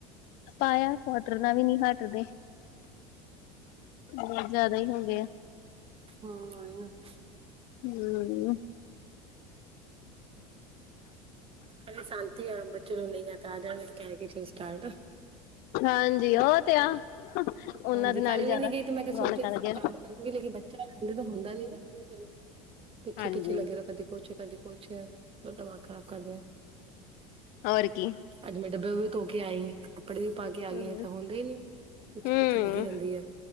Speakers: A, on the left; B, on the right.
A: ਪਾਇਆ ਪੋਡਰ ਨਾਲ ਵੀ ਨਹੀਂ ਹਟਦੇ। ਬਹੁਤ ਜਿਆਦਾ ਹੀ ਹੋ ਗੇ ਆ।
B: ਹੂੰ, ਹੋ ਨਾ। <unintelligible>
A: ਹੂੰ, <unintelligible>
B: ਹਲੇ, ਸ਼ਾਂਤੀ ਆ ਬੱਚੇ ਨੂੰ ਨਹੀਂ ਆ ਤਾਂ ਆ ਜਾ ਗੇ ਤੇ ਕਹਿ ਸਟਾਰਟ।
A: ਹਾਂਜੀ ਉਹ ਤੇ ਆ ਉਹਨਾਂ
B: ਹਾਂਜੀ,
A: ਦੇ
B: ਕੱਲ
A: ਨਾਲ ਹੀ ਜ਼ਿਆਦਾ
B: ਵੀ ਨੀ ਗਈ ਤੇ ਮੈਂ ਕਿਹਾ ਸੋਚਿਆ
A: ਰੌਣਕਾਂ ਲੱਗਿਆ
B: ਸੀ ਕੰਮ ਕਰਗੀ ਲੇਕਿਨ ਬੱਚਾ ਰਹਿੰਦੇ ਤਾਂ ਹੁੰਦਾ ਨੀ ਨਾ ਕੰਮ ਕਰਨਾ ਪਿੱਛੇ,
A: ਹਾਂਜੀ
B: ਪਿੱਛੇ ਲੱਗੇ ਰੋ ਕਦੇ ਕੁਛ ਕਦੇ ਕੁਛ, ਦਿਮਾਗ ਖ਼ਰਾਬ ਕਰਦੇ।
A: ਹੋਰ ਕੀ
B: ਅੱਜ, ਮੈਂ ਡੱਬੇ ਵੀ ਧੋ ਕੇ ਆਈ ਹ ਕੱਪੜੇ ਵੀ ਪਾ ਕੇ
A: ਹਮ
B: ਆ ਗਈ ਆਂ ਤੇ ਹੁੰਦੇ ਹੀ ਨੀ, ਪਿੱਛੇ,
A: ਹਮ
B: ਪਿੱਛੇ ਲੱਗੀ ਰਹਿੰਦੀ ਹੈ।